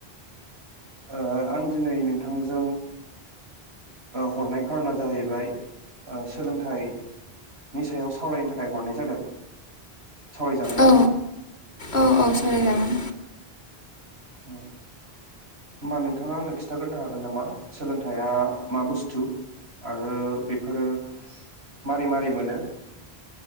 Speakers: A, on the right (about 75°); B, on the left (about 80°).
A: ओ आं दिनै नोंथांजों हरनाय खारना जाहैबाय ओ सोलोंथाइनि सायाव सावरायनो थाखाय थाखाय हरनाय जादों सावराय जागोन ना?
B: औ औ औ सावरायजागोन
A: औ होमा नोंथाङा आंनो खिथाग्रोनो हागोन नामा सोलोंथाइया मा बुस्थु आरो बेफोरो मारै मारै मोनो